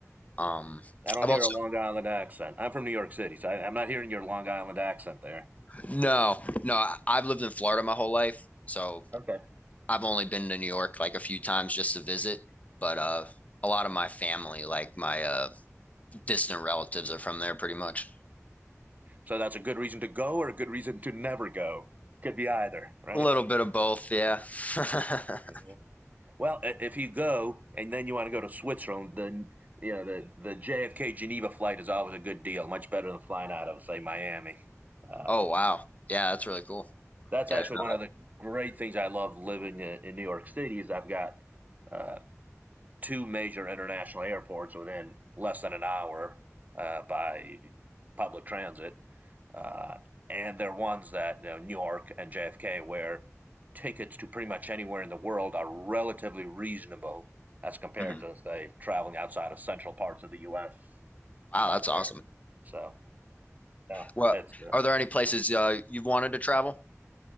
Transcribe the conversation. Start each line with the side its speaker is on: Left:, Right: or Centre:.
Left: Um,
Right: I don't
Left: I've
Right: hear
Left: also
Right: a Long Island accent. I'm from New York City, so I, I'm not hearing your Long Island accent there.
Left: no, no, I- I've lived in Florida my whole life, so
Right: Okay.
Left: I've only been to New York like a few times just to visit, but uh a lot of my family, like my uh distant relatives are from there pretty much.
Right: So that's a good reason to go or a good reason to never go. Could be either, right?
Left: A little bit of both, yeah. <laughs>
Right: Yeah. Well, if you go and then you want to go to Switzerland, then you know the the JFK Geneva flight is always a good deal, much better than flying out of say Miami. Uh,
Left: Oh wow. Yeah, that's really cool.
Right: that's
Left: Yeah,
Right: actually
Left: I didn't know
Right: one of the great things I love living in, in New York City is I've got uh, two major international airports within less than an hour uh, by public transit. Uh, and they're ones that, you know, New York and JFK, where tickets to pretty much anywhere in the world are relatively reasonable as compared
Left: that. Mhm.
Right: to, say, traveling outside of central parts of the U.S.
Left: Wow,
Right: Uh,
Left: that's
Right: where,
Left: awesome.
Right: so, yeah,
Left: Well,
Right: it's uh,
Left: are there any places uh you've wanted to travel?